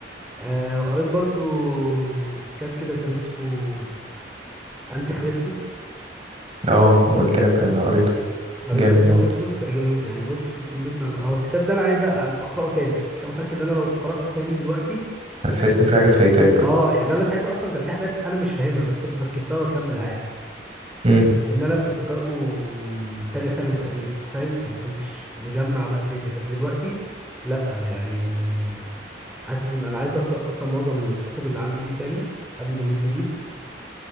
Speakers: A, in the centre; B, on the right.
A: آه قريت برضو كتاب كده كان اسمه أنتي خريستوس
B: اه قلت لك انا قريته
A: قريت
B: جامد
A: أنتي
B: برضه
A: خريستوس ده جامد يعني بص في كمية معلومات أهو الكتاب ده أنا عايز أ- أقرأه تاني عشان متأكد إن أنا لو قرأته تاني دلوقتي
B: هتحس ان في حاجات فايتاك اه
A: أه يعني أنا ساعتها أصلا كان في حاجات أنا مش فاهمها بس كنت بسكبها وأكمل عادي
B: امم
A: ان انا كنت قارئه من تانية ثانوي تقريبا فاهم فما كنتش مجمع بقى الدنيا بس دلوقتي لا يعني حاسس ان انا عايز اقرا اصلا معظم الكتب اللي عندي دي تاني قبل ما اجيب جديد